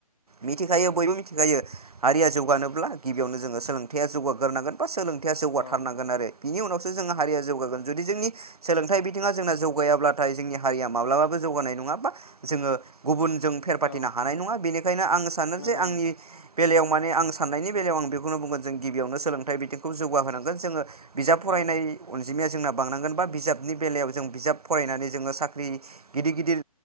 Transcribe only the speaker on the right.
मिथिखायो बयबो मिखायो हारिया जौगानोब्ला गिबियावनो जोङ सोलोंथाया जौगोनांगोन बा सोलों जौगाथारनांगोन
आरो बिनि उनावसो जोंनि हारिया जौगागोन जुदि जोंनि सोलोंथाइ बिथिङा जोंना जौगायाब्लाथाय जोंनि हारिया माब्लाबाबो जौगानाय नङा बा जोङो गुबुन जों फेर फाथिनो
हानाय नङा बेनिखायनो आं सानो
जे आंनि
बेलायाव माने आं साननायनि बेलायाव आं बेखौनो बुंगोन जों गिबियावनो सोलोंथाइ बिथिंखौ जौगाहोनांगोन जोङो। बिजाब फरायनायन
अनजिमाया जोंना बांनांगो बा बिजाब बिजाबनि बेलायाव जों बिजाब फरायनानै जोङो साख्रि गिदिर गिदिर